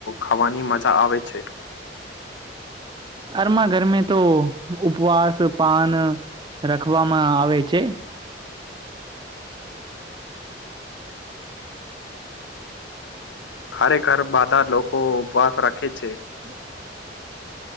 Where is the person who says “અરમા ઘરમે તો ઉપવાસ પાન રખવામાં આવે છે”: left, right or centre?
Right